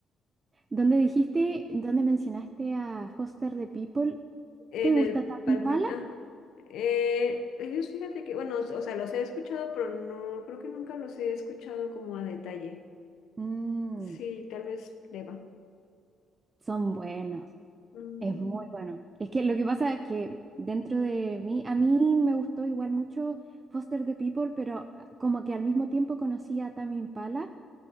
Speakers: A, on the right; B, on the left.
A: Donde dijiste, donde mencionaste a Foster the People,
B: En
A: ¿te gusta
B: el
A: Tame
B: Pal
A: Impala?
B: Norte. Ah, eh, ellos fíjate que, bueno, o sea, los he escuchado, pero no, creo que nunca los he escuchado como a detalle.
A: Mm,
B: Sí, tal vez le va.
A: son buenos,
B: Mm,
A: es muy bueno. Es que lo que pasa es que dentro de mí, a mí me gustó igual mucho Foster the People, pero como que al mismo tiempo conocí a Tame Impala